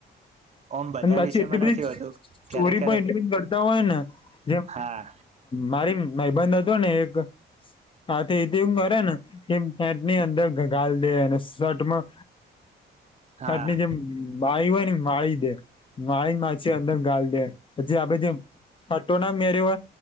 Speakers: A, on the right; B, on the left.
A: ઓમ બધા
B: અને પાછી
A: વિષયમાં
B: એટલી બધી
A: નથી હોતું ક્યારેક
B: ચોરી
A: ક્યારેક
B: પણ એટલી બધી કરતા હોય ને જે
A: હા
B: મારી ભાઈબંધ હતોને એક હા તે તેવું કરે ને કે ફેટની અંદર ગ ગાલ દે અને શર્ટમાં
A: હા
B: હાટની જેમ બાય હોયને વાળી દે વાળી માછે અંદર ગાલ દે પછી આપડે જે ફટો ના મેરે હોય